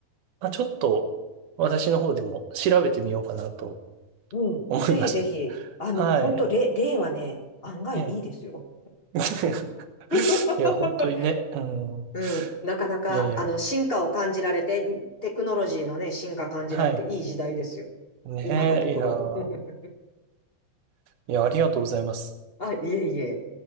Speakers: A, on the right (about 70°); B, on the left (about 30°).
A: まあ、ちょっと私の方でも調べてみようかなと
B: う。うん。
A: 思いまし
B: ぜひぜひ、あの、
A: た。はい。
B: 本当例、例はね、案外いいですよ。
A: ええ。<laughs>
B: <laughs>
A: いや、本当にね。うん。
B: うん。なかなか、
A: いやいや。
B: あの、進化を感じられて、テクノロジーのね、進化感じられていい時代ですよ。
A: はい。ねえ、
B: 今のところ。
A: いやー。
B: <laughs>
A: いや、ありがとうございます。
B: あ、いえいえ。